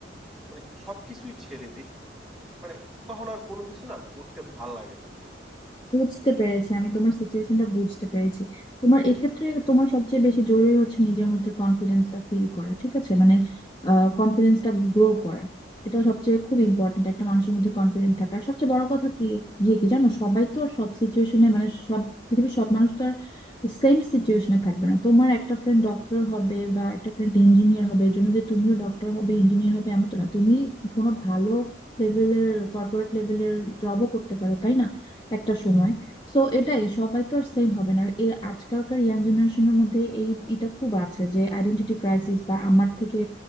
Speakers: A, in the centre; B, on the left.
A: মানে সবকিছুই ছেড়ে দিই মানে তখন আর কোনো কিছু না করতে ভাল লাগে না
B: বুঝতে পেরেছি আমি তোমার সিচুয়েশনটা বুঝতে পেরেছি তোমার এক্ষেত্রে তোমার সবচেয়ে বেশি জরুরি হচ্ছে নিজের মধ্যে কনফিডেন্সটা ফিল করা ঠিক আছে মানে কনফিডেন্সটা গ্রো করা এটা সবচেয়ে খুব ইম্পর্টেন্ট একটা মানুষের মধ্যে কনফিডেন্ট থাকা আর সবচেয়ে বড় কথা কি গিয়ে কি জানো সবাই তো আর সব সিচুয়েশনে মানে সব পৃথিবীর সব মানুষ তো আর সেম সিচুয়েশনে থাকবে না তোমার একটা ফ্রেন্ড ডক্টর হবে বা একটা ফ্রেন্ড ইঞ্জিনিয়ার হবে এর জন্য যে তুমিও ডক্টর হবে ইঞ্জিনিয়ার হবে এমন তো না তুমি কোনো ভালো লেভেলের কর্পোরেট লেভেলের জবও করতে পারো তাই না একটা সময় সো এটাই সবাই তো আর সেম হবে না এই আজকালকার ইয়াং জেনারেশনের মধ্যে এই এটা খুব আছে যে আইডেন্টিটি ক্রাইসিস বা আমার থেকে